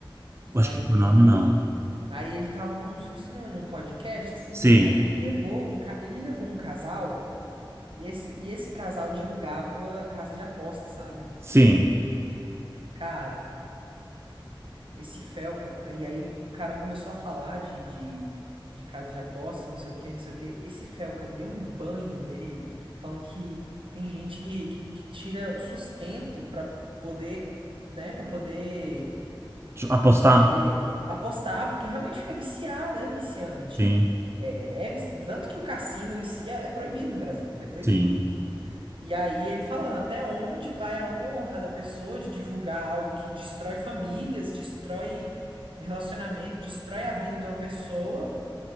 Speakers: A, on the right; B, on the right.
A: Acho
B: Aí
A: que por nome
B: ele,
A: não.
B: aí ele tava como se fosse num, num podcast assim.
A: Sim,
B: Aí ele levou um, ca- ele levou um casal e esse, e esse casal divulgava casa de aposta, sabe?
A: sim.
B: Cara. esse Felca. E aí o cara começou a falar de, de, de casa de aposta, não sei o que, não sei o que. Esse Felca deu um banho dele, falando que tem gente que, que, que tira o sustento pra poder, né, para poder,
A: Deixa eu Apostar?
B: para poder apostar, porque realmente fica viciado, é viciante.
A: Sim,
B: É, é, vici- tanto que o cassino em si é é proibido no Brasil, ele é proibido.
A: sim,
B: E aí ele falando até onde vai a honra da pessoa de divulgar algo que destrói famílias, destrói relacionamento, destrói a vida de uma pessoa